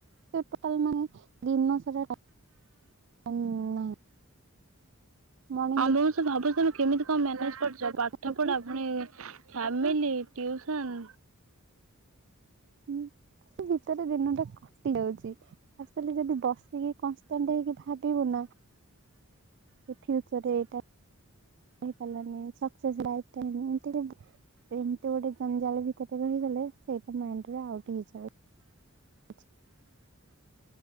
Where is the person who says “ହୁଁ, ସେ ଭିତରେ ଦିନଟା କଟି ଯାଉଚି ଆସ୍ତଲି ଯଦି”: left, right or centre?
Right